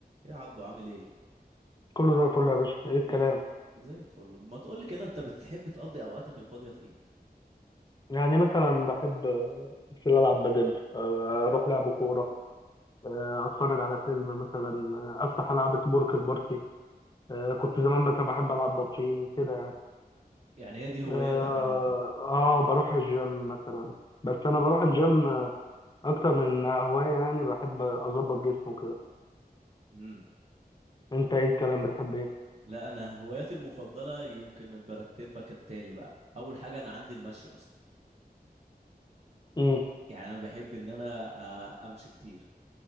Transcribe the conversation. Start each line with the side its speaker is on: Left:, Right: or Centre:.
Right: ايه يا عبدو عامل ايه
Left: كله زي الفل يا باشا ايه
Right: ما
Left: الكلام
Right: ت... زي الفل ما تقولي كده انت بتحب تقضي اوقاتك الفاضيه في ايه
Left: يعني مثلا بحب آه، في العب بدل آه، اروح لعب كوره آه، اتفرج على فيلم مثلا آه، افتح العب سبورك بارتي آه، كنت زمان مثلا بحب العب ببجي كده يعني
Right: يعني هي دي هواياتك
Left: اه
Right: عموما
Left: آه، بروح الجيم مثلا بس انا بروح الجيم آه، اكتر من هوايه يعني بحب اظبط جسمه كده
Right: امم
Left: انت ايه الكلام بتحب ايه
Right: لا انا هواياتي المفضله يمكن برتبها كالتالي بقى اول حاجه انا عندي المشي اصلا
Left: امم
Right: يعني انا بحب ان انا آه، امشي كتير